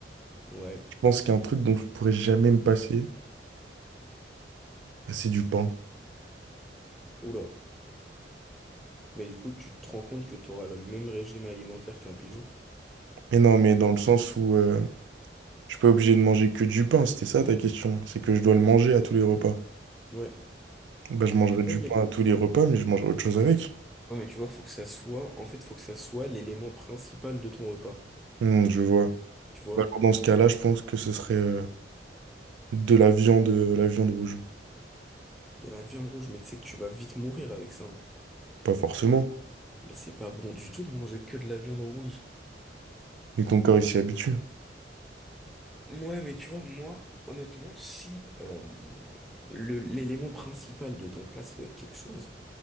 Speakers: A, in the centre; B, on the right (about 85°).
A: Ouais.
B: Je pense qu'il y a un truc dont je pourrais jamais me passer, bah, c'est du pain.
A: Oula. Mais du coup, tu te rends compte que tu auras le même régime alimentaire qu'un pigeon?
B: Mais non, mais dans le sens où euh, je suis pas obligé de manger que du pain, c'était ça ta question. C'est que je dois le manger à tous les repas.
A: Ouais.
B: Bah, je mangerai du
A: Ouais, mais...
B: pain à tous les repas, mais je mangerai autre chose avec.
A: ouais, mais tu vois, faut que ça soit... En fait, faut que ça soit l'élément principal de ton repas.
B: Hmm, je vois.
A: Tu vois?
B: Bah, alors, dans ce cas-là, je pense que ce serait euh, de la viande, euh, la viande rouge.
A: De la viande rouge, mais tu sais que tu vas vite mourir avec ça. hein.
B: Pas forcément.
A: Bah, c'est pas bon du tout de manger que de la viande rouge.
B: Et ton corps, il s'y habitue.
A: Ouais, mais tu vois, moi, honnêtement, si euh, le, l'élément principal de ton plat, ça doit être quelque chose,